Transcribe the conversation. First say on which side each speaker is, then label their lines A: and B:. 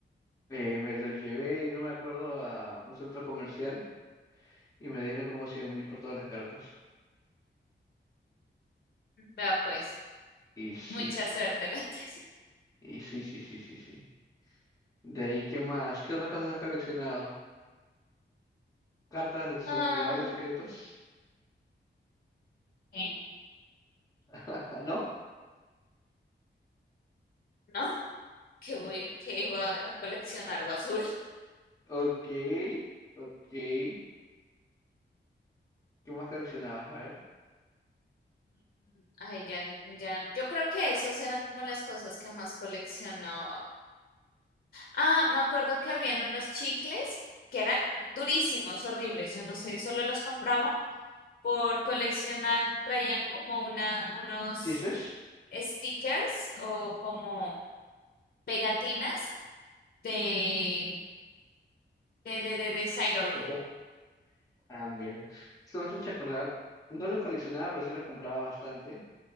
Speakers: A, on the left; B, on the left.
A: Eh, me lo llevé, no me acuerdo, a un centro comercial y me dieron como cien mil por todas las cartas.
B: vea pues,
A: Y sí,
B: mucha suerte la tuya.
A: y sí, sí, sí, sí, sí. De ahí, ¿qué más? ¿Qué otras cosas has coleccionado? ¿Cartas de tus
B: Ah,
A: admiradores secretos?
B: ¿eh?
A: <laughs> ¿No?
B: ¿No? que voy, que iba a coleccionar basura.
A: Ok, ok. ¿Qué más coleccionabas? A ver.
B: <laughs> Ay, ya, n- ya, yo creo que esas eran como las cosas que más coleccionaba. Ah, me acuerdo que habían unos chicles que eran durísimos, horribles. Yo no sé, solo los compraba por coleccionar. Traían como una, unos
A: ¿Chistes?
B: stickers o como pegatinas de, de, de, de, de Sailor
A: Tatuajes.
B: Moon.
A: Ah, mira. Esto me has hecho acordar. No los coleccionaba, pero sí los compraba bastante.